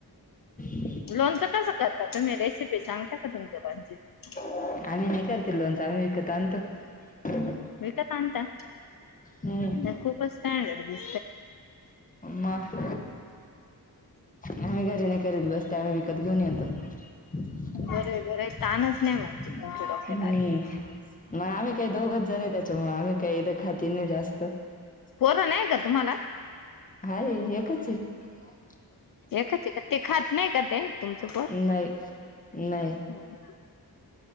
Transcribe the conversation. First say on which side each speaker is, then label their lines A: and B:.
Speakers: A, on the left; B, on the left.
A: <inaudible>
B: लोणचं कसं करता तुम्ही? रेसिपी सांगता का तुमच्या लोंणच्याची.
A: <inaudible> आम्ही नाही करती लोणचं, आम्ही विकत आणतो. <inaudible>
B: विकत आणता
A: हम्म
B: <inaudible> खूपच स्टँडर्ड दिस
A: मग <inaudible> आम्ही घरी नाही करत बसते, आम्ही विकत घेऊन येतो. <inaudible>
B: बरे बरे ताणच नाही
A: <inaudible>
B: मग तुमच्या डोक्यात
A: हम्म..,
B: आलेला
A: मग आम्ही काय दोघ त्याच्यामुळे आम्ही काही खात ही नाही जास्त.
B: पोरं नाही का तुम्हाला
A: हाय, एकच हाय. <inaudible>
B: एकच हाय का, ते खात नाही का ते तुमचं पोर?
A: नाही नाही
B: <inaudible> <unintelligible>